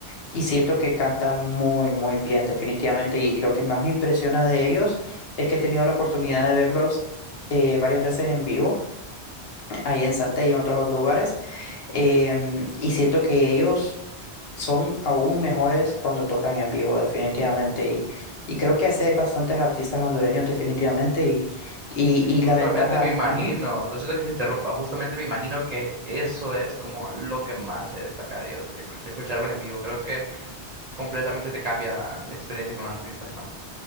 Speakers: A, on the left; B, on the right.
A: Y siento que cantan muy, muy bien, definitivamente. Y, y lo que más me impresiona de ellos es que he tenido la oportunidad de verlos eh, varias veces en vivo, ahí en Santa y en otros lugares. em, y siento que ellos son aún mejores cuando tocan en vivo, definitivamente. Y, y creo que así hay bastantes artistas hondureños, definitivamente. Y, y,
B: Sí, justamente
A: y la ventaja.
B: me imagino,
A: ujú.
B: lo siento que te interrumpa, justamente me imagino que eso es como lo que más se destaca de ellos, escu- escucharlos en vivo, creo que completamente te cambia la experiencia con los artistas, ¿no?